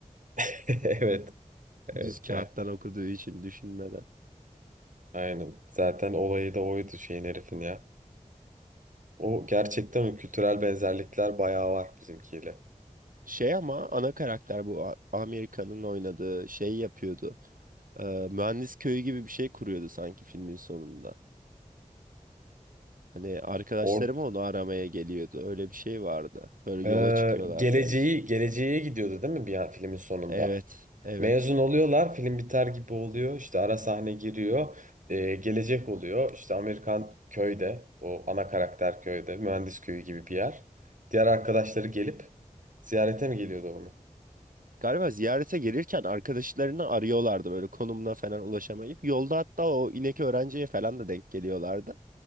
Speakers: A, on the right (about 70°); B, on the right (about 80°).
A: <laughs> Evet. Evet
B: Düz kağıttan
A: ya.
B: okuduğu için düşünmeden.
A: Aynen. Zaten olayı da oydu şeyin herifin ya. O gerçekten o kültürel benzerlikler bayağı var bizimkiyle.
B: Şey ama ana karakter bu A- Amerika'nın oynadığı şey yapıyordu. Ee, mühendis köyü gibi bir şey kuruyordu sanki filmin sonunda. Hani arkadaşlarım
A: Or
B: onu aramaya geliyordu. Öyle bir şey vardı. Böyle yola
A: ee,
B: çıkıyorlardı
A: geleceği
B: en son.
A: geleceğe gidiyordu değil mi bir an filmin sonunda?
B: Evet, evet.
A: Mezun oluyorlar, film biter gibi oluyor. İşte ara sahne giriyor. Ee, gelecek oluyor. İşte Amerikan köyde, o ana karakter köyde, mühendis köyü gibi bir yer. Diğer arkadaşları gelip ziyarete mi geliyordu onu?
B: Galiba ziyarete gelirken arkadaşlarını arıyorlardı böyle konumuna falan ulaşamayıp. Yolda hatta o inek öğrenciye falan da denk geliyorlardı.